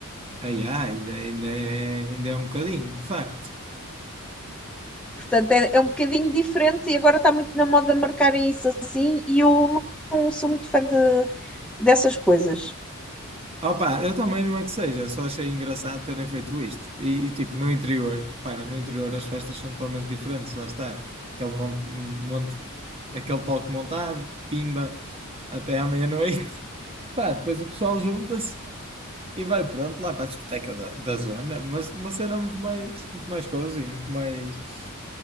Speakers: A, on the right; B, in the centre.
A: Ai, ai, ainda, ainda, é, ainda é um bocadinho, de facto.
B: Portanto, é, é um bocadinho diferente e agora está muito na moda marcarem isso assim e eu não sou muito fã de dessas coisas.
A: Opa, eu também não é que seja, só achei engraçado terem feito isto. E, e, tipo, no interior, repara, no interior as festas são totalmente diferentes, lá está. Aquele monte, monte, aquele palco montado, pimba, até à meia-noite. <laughs> Pá, depois o pessoal junta-se e vai pronto lá para a discoteca da, da zona, mas uma cena muito mais, muito mais cozy, muito mais.